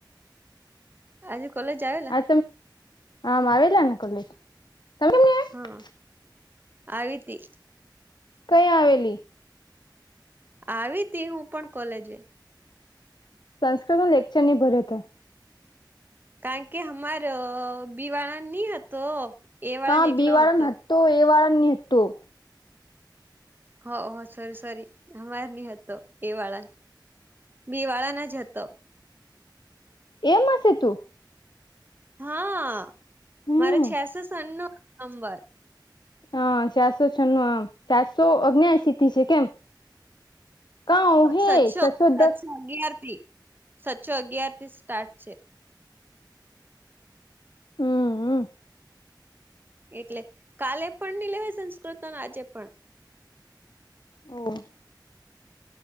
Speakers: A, on the right; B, on the left.
A: આજે કોલેજ આવે?
B: આ આમ આવેલાને કોલેજ તમે નઈ આયા
A: હા આવી તી.
B: કઈ આવેલી?
A: આવી તી હું પણ કોલેજે.
B: સંસ્કૃતના લેક્ચર નહીં ભર્યો તે
A: કારણ કે અમાર બીવાળ નય હતો. એ વાળા
B: કા
A: ને એકલો
B: બી વાળા
A: હતો
B: ને હતું એ વાળા નહતું.
A: હા સોરી સોરી અમર નય હતો એ વાળા બિ વાળા ને જ હતો.
B: એ માંથી તું.
A: હા
B: હમ
A: મારે છેસે સનનું નંબર
B: હ ચારસો છન્નું સાતસો અંગનેએસીથી છે કેમ કઉ હે
A: સચો સાતસો
B: દસ
A: અગયાર થી સાતચો અગયાર થી સ્ટાર્ટ છે
B: હમ્મ હમ્મ
A: એટલે કાલે પણ નહી લેવા સંસ્કૃત અને આજે પણ
B: ઓ હ